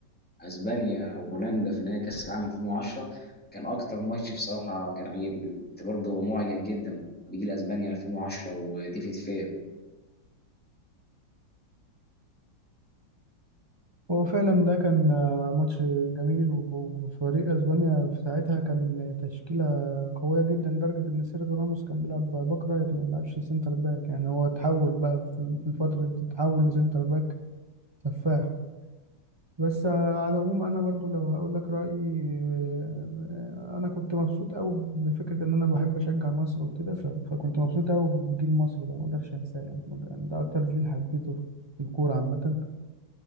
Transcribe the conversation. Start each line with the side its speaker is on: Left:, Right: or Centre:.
Centre: اسبانيا وهولندا في نهائي كاس العالم 2010 كان اكتر ماتش بصراحه كان عاجبني كنت برضه معجب جدا بجيل اسبانيا 2010 وديفيد فيا
Right: هو فعلا ده كان آه، ماتش جميل وف- وفريق اسبانيا في ساعتها كان تشكيلة قوية جدا لدرجة ان سيرجيو راموس كان بيلعب باك رايت ما بيلعبش سنتر باك يعني هو اتحول بقى في في الفترة دي تتحول لسنتر باك سفاح بس آه، على العموم انا برضو لو هقول لك رايي آه، انا كنت مبسوط قوي بفكره ان انا بحب اشجع مصر وكده ف- فكنت مبسوط قوي بجيل مصر ده ما اقدرش انساه يعني ما أقدر- ده اكتر جيل حبيته في الكوره عامه